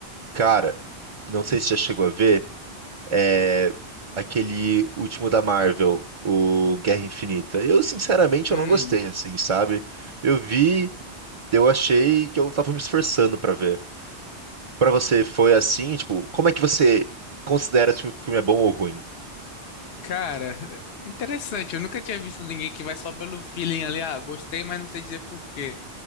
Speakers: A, on the right; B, on the left.
A: cara, não sei se já chegou a ver. É, aquele último da Marvel, o Guerra Infinita. Eu, sinceramente,
B: Hum,
A: eu não gostei, assim, sabe? Eu vi, eu achei que eu tava me esforçando pra ver. Pra você foi assim, tipo, como é que você considera se o filme é bom ou ruim?
B: cara, interessante, eu nunca tinha visto ninguém que vai só pelo feeling ali, ah, gostei, mas não sei dizer por quê.